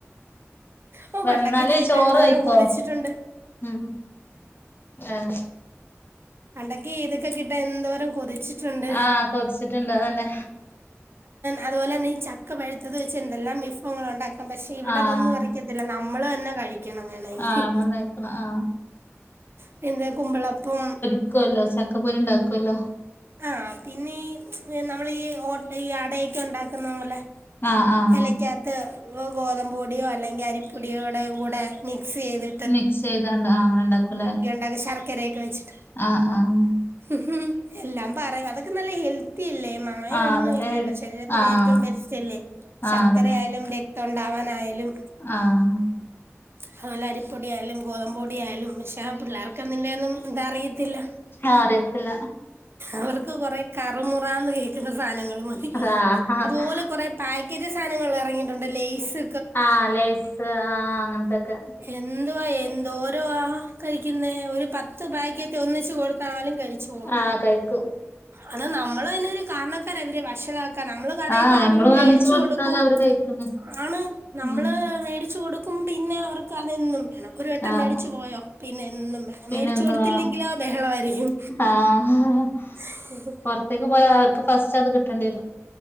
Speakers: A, on the right (about 50°); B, on the left (about 45°).
A: ഓ
B: വന്നാൽ
A: പണ്ടൊക്കെ ഇത് കിട്ടാൻ
B: ചോർ
A: എന്തോരം
B: കഴിക്കോ
A: കൊതിച്ചിട്ടുണ്ട്
B: ഉം ആഹ്
A: പണ്ടൊക്ക് ഈതൊക്കെ കിട്ടാ എന്തോരം കൊതി വെച്ചിട്ടുണ്ട്
B: ആഹ് കൊതിച്ചിട്ടുണ്ട് അതന്നെ
A: അത്പോലെ തന്നെ ക്ക പഴുത്തത് വെച്ച് എന്തല്ലാം വിഫവങ്ങളാ ഉണ്ടാക്കുന്നത് പക്ഷെ ഇവിടതൊന്നും
B: ആഹ്
A: ഇറക്കത്തില്ല നമ്മൾ തന്നെ കഴിക്കണം വേണമെങ്കിൽ
B: ആഹ് നന്നായിക്കണം ആഹ്
A: പിന്നെ കുമ്പളപ്പം
B: ആക്കുവല്ലോ ചക്കപ്പൊരി ഉണ്ടാക്കല്ലോ
A: ആഹ് പിന്നെ ഈ നമ്മള് ഈ ഓ ഈ അടയൊക്കെ ഇണ്ടാക്കുന്നപോലെ
B: ആഹ് ആഹ്
A: എലക്കാ ത്ത് ഗോതമ്പ് പൊടിയോ അല്ലെങ്കിൽ അരിപ്പൊടിയോടെ കൂടെ മിക്സ് ചെയ്ത്
B: മിക്സ് ചെയ്തോണ്ട് അങ്ങനെ ഉണ്ടാക്കൂല്ലേ
A: ഉം ശക്കരെക്കെവെച്ചിട്ട്
B: ആഹ് ആഹ്
A: ഉം ഉം എല്ലാം പറയും അതൊക്കെ നല്ല ഹെൽത്ത് ഇല്ല മായമൊന്നും
B: ആഹ് അതൊക്കെ
A: ഇല്ലല്ലോ ശരീരത്തിന്
B: ആഹ്
A: ഏറ്റവും ബെസ്റ്റ്ല്ലേ ശർക്കരയാലും
B: ആഹ് അതന്നെ
A: തൊണ്ടാവാനായാലും
B: ആഹ്
A: അതുപോലെ അരിപ്പൊടിയായാലും ഗോതമ്പുപൊടിയായാലും പക്ഷെ ആഹ് പിള്ളേർക്ക് അതിൻ്റെയൊന്നും എന്താ അറിയത്തില്ല
B: ആറ്യാത്തില്ല
A: അവർക്ക് കുറെ കറുമുറാന്ന് കേൾക്കുന്ന സാധനങ്ങൾ മതി
B: ആഹ്
A: അതുപോലെ കുറേ പായ്ക്കേജ് സാധനങ്ങൾ ഇറങ്ങിയിട്ടുണ്ട് ലെയ്സ്
B: ആ ലേയ്സ് ആ അങ്ങനത്തൊക്കെ
A: എന്താ എന്തോരോ ആഹ് കഴിക്കുന്നേ ഒരു പത്ത് പാക്കറ്റ് ഒന്നിച്ച് കൊടുത്താലും കഴിച്ചോളു
B: ആഹ് കഴിഞ്ഞു
A: അത് നമ്മൾ തന്നെ ഒരു കാരണക്കാരാ ഇവര് വഷളാക്കന് നമ്മള് കടേ
B: ആഹ്
A: കാണുമ്പോൾ
B: നമ്മള് വാങ്ങിച്ചു
A: മേടിച്ചു
B: കൊടുത്താലവര്
A: കൊടുക്കും
B: കഴിക്കണ്
A: ആണ് നമ്മള്
B: ഉം
A: മേടിച്ചു കൊടുക്കും ക്കും പിന്നെ അവർക്ക് അതെന്നും വേണം ഒരു വട്ടം
B: ആഹ്
A: മേടിച്ചു പോയോ പിന്നെ എന്നും വേണം
B: പിന്നെ
A: മേടിച്ചു
B: എന്ന്
A: കൊടുത്തില്ലെങ്കിലോ
B: വേണം
A: ബഹളമായിരിക്കും
B: ആഹ്
A: <inaudible>
B: പുറത്തേക്ക് പോയാ ആൾക്ക്‌ ഫസ്റ്റ് അത് കിട്ടേണ്ടിയെരും